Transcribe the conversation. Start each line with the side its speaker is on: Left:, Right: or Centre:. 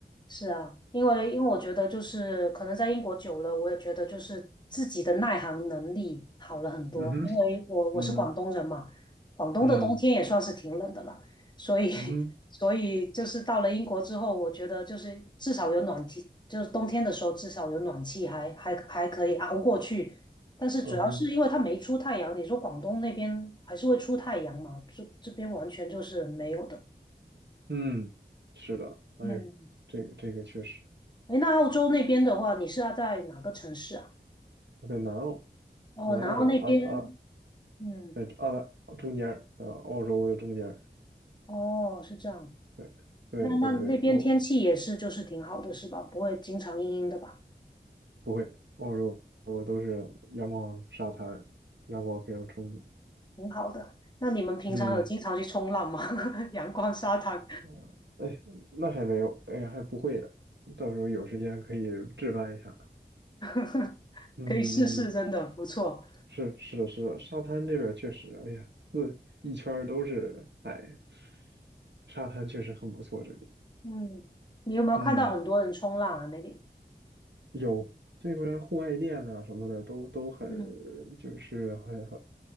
Left: 是啊，因为因为我觉得就是可能在英国久了，我也觉得就是自己的耐寒能力好了很多。
Right: 嗯哼，
Left: 因为我我是广东人嘛，
Right: 嗯
Left: 广东的冬天也算是挺冷的了，
Right: 嗯
Left: 所以 <laughs>
Right: 嗯哼，
Left: 所以就是到了英国之后，我觉得就是至少有暖气，就是冬天的时候至少有暖气还，还还可以熬过去。但是主要是因为它没出太阳，
Right: 嗯哼，
Left: 你说广东那边还是会出太阳嘛？这这边完全就是没有的。
Right: 嗯，是的，哎呦这个这个确实
Left: 嗯哎，那澳洲那边的话，你是要在哪个城市啊？
Right: 我在南澳，
Left: 哦，
Right: 南澳啊啊，
Left: 然后那边，嗯，
Right: 在澳大中间啊，呃澳洲的中间儿
Left: 哦，是这样。
Right: 对对对对，
Left: 那那那边天气也是，
Right: 哦，
Left: 就是挺好的，是吧？不会经常阴阴的吧？
Right: 不会，澳洲都是阳光沙滩，阳光非常充足。
Left: 挺好的。那你们平常有经常去冲浪吗？
Right: 嗯，
Left: <laughs> 阳光沙滩，
Right: 嗯哎，那还没有，哎，还不会的，到时候有时间可以置办一下。
Left: <laughs>
Right: 嗯嗯。
Left: 可以试试，真的不错。
Right: 是是的，是的，沙滩这边儿确实，哎呀，四一圈儿都是海，沙滩确实很不错。这里，
Left: 嗯，你有没有看到很多人冲浪啊？
Right: 嗯，
Left: 那里？
Right: 有这边户外店呐、什么的都都很，
Left: 嗯
Right: 就是很很